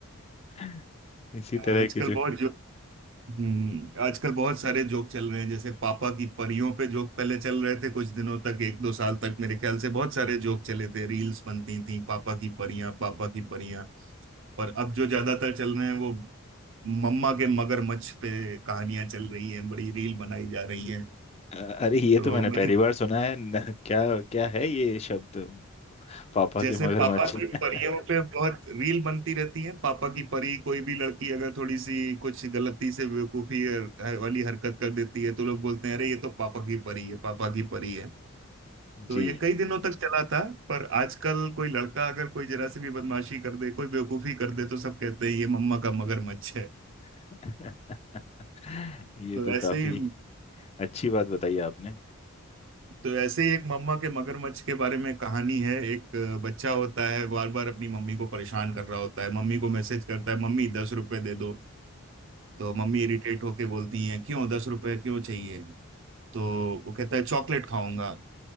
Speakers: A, on the left; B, on the right.
A: <laughs> इसी
B: आजकल
A: तरह की जो
B: बहुत जो हम्म, आजकल बहुत सारे जोक चल रहे हैं जैसे पापा की परियों पे जोक पहले चल रहे थे कुछ दिनों तक एक दो साल तक मेरे ख्याल से बहुत सारे जोक चले थे रील्स बनती थी पापा की परियां पापा की परियां पर अब जो ज्यादातर चल रहे हैं वो मम्मा के मगरमच्छ पे कहानियां चल रही हैं बड़ी रील बनाई जा रही हैं
A: अ- अरे ये
B: तो
A: तो मैंने
B: मुझे
A: पहली बार सुना है न, क्या क्या है ये शब्द पापा
B: जैसे
A: के मगरमच्छ
B: पापा
A: <laughs>
B: की परियों पे बहुत रील बनती रहती है पापा की परी कोई भी लड़की अगर थोड़ी सी कुछ गलती से बेवकूफी अ, वाली हरकत कर देती है तो लोग बोलते हैं अरे ये तो पापा की परी है पापा की परी है तो
A: जी
B: ये कई दिनों तक चला था पर आजकल कोई लड़का अगर कोई जरा सी भी बदमाशी कर दे कोई बेवकूफी कर दे तो सब कहते हैं ये मम्मा का मगरमच्छ है
A: <laughs> ये
B: तो
A: तो
B: ऐसे
A: काफी
B: ही
A: अच्छी बात बताई आपने
B: तो ऐसे ही एक मम्मा के मगरमच्छ के बारे में कहानी है एक अ, बच्चा होता है बार बार अपनी मम्मी को परेशान कर रहा होता है मम्मी को मैसेज करता है मम्मी दस रुपए दे दो तो मम्मी इरिटेट होके बोलती हैं क्यों दस रुपए क्यों चाहिए तो वो कहता है चॉकलेट खाऊंगा